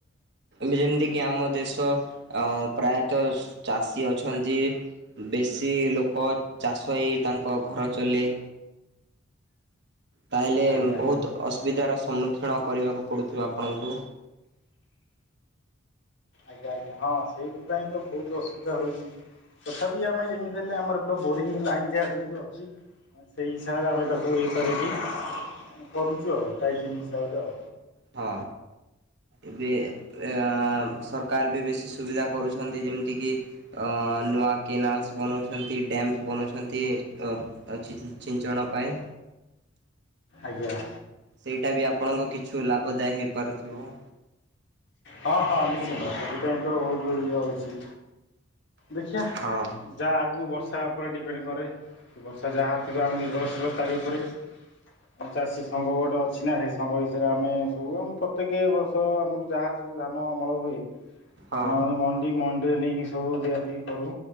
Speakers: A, on the right; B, on the left.
A: ଯେମିତି କିି ଆମ ଦେଶ ଅ ପ୍ରାୟତ ଚାଷୀ ଅଛନ୍ତି ବେଶୀ ଲୋକ ଚାଷ ହେଇ ତାଙ୍କ ଘର ଚଲେ। ତାହେଲେ
B: ଆଜ୍ଞା
A: ବହୁତ ଅସୁବିଧାର ସମ୍ମୁ ଣ କରିବାକୁ ପଡୁଥିବ ଆପଣଙ୍କୁ।
B: ଆଜ୍ଞା ଆଜ୍ଞା ହଁ ସେଇଥିପାଇଁ ତ ବହୁତ ଅସୁବିଧା ହଉଛି। ତଥାପି ଆମେ ଯେମିତି ହେଲେ ଆମର ଏପଟେ ବୋରିଙ୍ଗ ଲାଇନ୍ ଯାହା ଯେମିତି ଅଛି ସେଇ ହିସାବରେ ଆମେ ତାକୁ ଇଏ କରିକି କରୁଛୁ ଆଉ ଟାଇଜେନିସ୍ ଦଉ
A: ହ ଏବେ ଆ-ଆ-ଆ ସରକାର ବି ବେଶୀ ସୁବିଧା କରୁଛନ୍ତି ଯେମିତିକି ଅ-ଅ-ଅ ନୂଆ କେନାଲସ ବନାଉଛନ୍ତି ଡ୍ୟାମ୍ସ୍ ବନାଉଛନ୍ତି। ତ ଅ ଚିଚ୍ ଚିଞ୍ଚନାପାଏ।
B: ଆଜ୍ଞା।
A: ସେଇଟା ବି ଆପଣଙ୍କ କିଛୁ ଲାଭଦାୟ ହେଇପାରୁଥିବ।
B: ହଁ ହଁ ନିଶ୍ଚିନ୍ତ। ସେଥିପାଇଁ ତ ବହୁତ ଇଏ ଅଛି। ଦେଖିଆ
A: ହଁ
B: ଯାହା ଆଗୁ ବର୍ଷ ବର୍ଷା ଉପରେ ଡିପେଣ୍ଡ କରେ ବର୍ଷା ଯାହା ଥିବ ଆମେ ନିର୍ଭରଶୀଳ ତାରି ଉପରେ। କଣ ଚାଷୀ ସଂଘ ଗୋଟେ ଅଛି ନା ସେ ସଂଘ ହିସୟରେ ଆମେ ସବୁ ଆମ ପ୍ରତ୍ୟେକ ବର୍ଷ ଆମର ଯାହା ସବୁ ଧାନ ଅମଳ ହୁଏ ଆମର
A: ହଁ
B: ମଣ୍ଡି ମଡି ଟ୍ରେନିଂଗ ସବୁ କରୁ